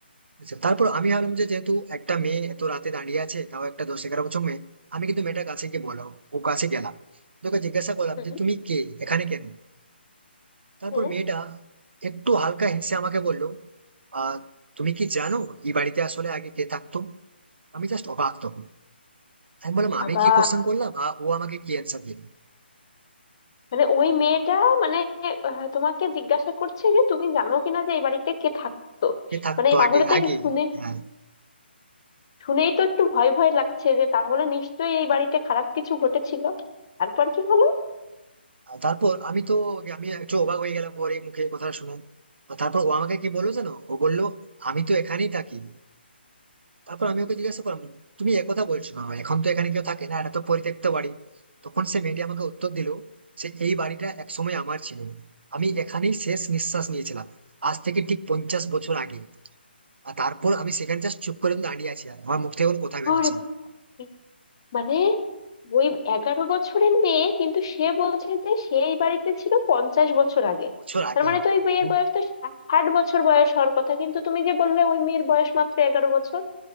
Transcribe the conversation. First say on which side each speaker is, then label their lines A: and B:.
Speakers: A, on the right; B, on the left.
A: আচ্ছা তারপর আমি ভাবলাম যে যেহেতু একটা মেয়ে এত রাতে দাঁড়িয়ে আছে তাও একটা দশ এগারো বছর মেয়ে আমি কিন্তু মেয়েটার কাছে গিয়ে বললাম ও কাছে গেলাম তোকে জিজ্ঞাসা করলাম
B: হুম
A: যে তুমি কে এখানে কেন তারপর
B: হ্যাঁ
A: মেয়েটা একটু হালকা হেসে আমাকে বলল আহ তুমি কি জানো এই বাড়িতে আসলে আগে কে থাকতো আমি জাস্ট অবাক তখন আমি বললাম
B: বাবা
A: আমি কি কোশ্চেন করলাম আর ও আমাকে কি অ্যান্সার দিল
B: মানে ওই মেয়েটা মানে আহ, তোমাকে জিজ্ঞাসা করছে যে তুমি জানো কিনা যে এই বাড়িতে কে থাকতো
A: কে থাকতো
B: মানে তাহলে
A: আগে
B: তো
A: আগে
B: শুনে
A: হ্যাঁ
B: শুনেই তো একটু ভয় ভয় লাগছে যে তাহলে নিশ্চয়ই এই বাড়িতে খারাপ কিছু ঘটেছিল তারপর কি হলো
A: আর তারপর আমি তো আমি একটু অবাক হয়ে গেলাম ওর এই মুখে কথা শুনে আর তারপর ও আমাকে কি বললো জানো ও বললো আমি তো এখানেই থাকি তারপর আমি ওকে জিজ্ঞাসা করলাম তুমি একথা বলছো কেন এখন তো এখানে কেউ থাকে না এটা তো পরিত্যক্ত বাড়ি তখন সে মেয়েটি আমাকে উত্তর দিল সে এই বাড়িটা একসময় আমার ছিল আমি এখানেই শেষ নিঃশ্বাস নিয়েছিলাম আজ থেকে ঠিক পঞ্চাশ বছর আগে আর তারপর আমি সেখানে জাস্ট চুপ করে দাঁড়িয়ে আছি আর আমার মুখ থেকে কোনো কথা বেরোচ্ছে
B: ওরে বাপরে,
A: না।
B: মানে ওই এগারো বছরের মেয়ে কিন্তু সে বলছে যে সে এই বাড়িতে ছিল পঞ্চাশ বছর আগে
A: বছর আগে
B: তার মানে তো ওই মেয়ের
A: ও,
B: বয়স তো ষা- ষাট বছর বয়স হওয়ার কথা কিন্তু তুমি যে বললে ওই মেয়ের বয়স মাত্র এগারো বছর